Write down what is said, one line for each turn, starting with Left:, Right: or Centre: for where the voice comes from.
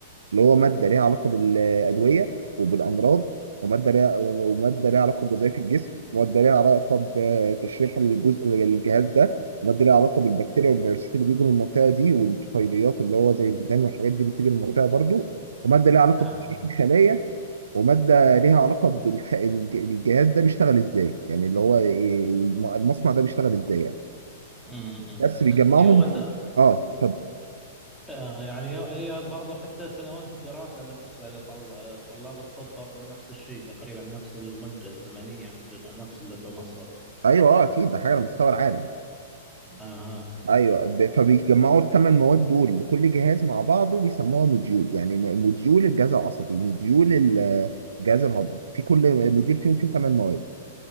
Right: اللي هو ماده ليها علاقه بالادويه وبالامراض وماده ليها وماده ليها علاقه بوظائف الجسم وماده ليها علاقه بتشريح الجزء الجهاز ده وماده ليها علاقه بالبكتيريا والفيروسات اللي بيجوا من المنطقه دي والطفيليات اللي هو زي الديدان والحاجات دي بتيجي من المنطقه برضو وماده ليها علاقه
Centre: أها
Right: بتحقيق الخلايا وماده ليها علاقه بالجهاز ده بيشتغل ازاي يعني اللي هو إيه، الم- المصنع ده بيشتغل ازاي يعني
Centre: أمم. أمم.
Right: بس بيجمعهم
Centre: إيه، هو ت-
Right: اه اتفضل
Centre: آه، يعني هي برضو حتى سنوات الدراسة بالنسبة لطلاب الطب برضو نفس الشيء تقريبا نفس المدة الزمنية عندنا نفس اللي في مصر
Right: ايوه اه اكيد ده حاجه على مستوى العالم
Centre: اها
Right: ايوه ب- فبيجمعوا الثمان مواد دول لكل جهاز مع بعضه بيسموها موديول يعني م- موديول الجهاز العصبي موديول ال- الجهاز الهضمي في كل موديول فيهم فيه ثمان مواد